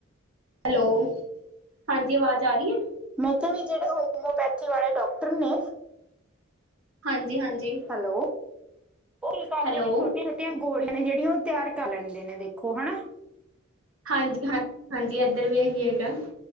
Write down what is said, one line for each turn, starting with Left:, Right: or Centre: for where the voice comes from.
Right: ਹੈਲੋ ਹਾਂਜੀ ਆਵਾਜ਼ ਆ ਰਹੀ ਏ।
Centre: ਮੈਂ ਕਿਹਾ ਵੀ ਜਿਹੜੇ ਹੋਮਓਪੈਥਿਕ ਵਾਲੇ ਡਾਕਟਰ ਨੇ
Right: ਹਾਂਜੀ, ਹਾਂਜੀ।
Centre: ਹੈਲੋ ਘਰ ਕਰਦੇ
Right: ਹੈਲੋ
Centre: ਵੀ ਛੋਟੀ ਟੀਆਂ ਗੋਲੀਆਂ ਨੇ ਜਿਹੜੀਆਂ ਉਹ ਤਿਆਰ ਕਰ ਲੈਂਦੇ ਨੇ ਦੇਖੋ ਹਨਾ।
Right: ਹਾਂਜੀ ਹਾਂ ਹਾਂਜੀ ਇੱਧਰ ਵੀ ਹੈ ਹੀ ਹੈਗਾ।